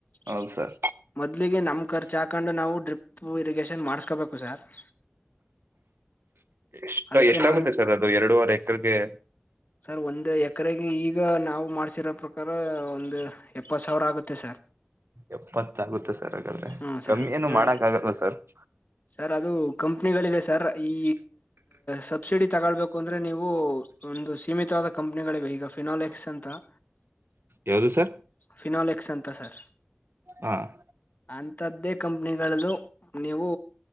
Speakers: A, on the right; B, on the left.
A: ಹೌದು
B: <inaudible>
A: ಸರ್
B: ಮೊದ್ಲಿಗೆ ನಮ್ಮ ಖರ್ಚು ಹಾಕೊಂಡು ನಾವು ಡ್ರಿಪ್ಪು ಇರಿಗೇಷನ್ ಮಾಡಸ್ಬೇಕು ಸರ್. <inaudible>
A: ಎಷ್ಟ
B: ಅದಕ್ಕೆ
A: ಎಷ್ಟಾಗುತ್ತೆ
B: ನೊಂದ್
A: ಸರ್ ಅದು ಎರಡುವರೆ ಎಕರೆಗೆ? <inaudible>
B: ಸರ್ ಒಂದು ಎಕರೆಗೆ ಈಗ ನಾವು ಮಾಡ್ಸಿರೋ ಪ್ರಕಾರ ಒಂದು ಎಪ್ಪತ್ತು ಸಾವಿರ ಆಗುತ್ತೆ ಸರ್. <inaudible>
A: ಎಪ್ಪತ್ತ ಆಗುತ್ತೆ ಸರ್ ಹಾಗಾದ್ರೆ
B: ಹ್ಮ್ ಸರ್
A: ಕಮ್ಮಿ ಏನು
B: ಎರಡ್
A: ಮಾಡಕ್ ಆಗಲ್ಲ ಸರ್. <inaudible>
B: ಸರ್ ಅದು ಕಂಪ್ನಿಗಳಿದೆ ಸರ್ ಈ ಸಬ್ಸಿಡಿ ತೊಗೊಳಬೇಕ ಅಂದ್ರೆ ನೀವು <inaudible> ಒಂದು ಸೀಮಿತವಾದ ಕಂಪ್ನಿಗಳಿವೆ ಈಗ ಫಿನಾಲೆಕ್ಸ್ ಅಂತ. <inaudible>
A: ಯಾವದು ಸರ್? <inaudible>
B: ಫಿನಾಲ್ ಎಕ್ಸ್ ಅಂತ ಸರ್. <inaudible>
A: ಹಾ <inaudible>
B: ಅಂತದ್ದೇ ಕಂಪನಿಗಳದು ನೀವು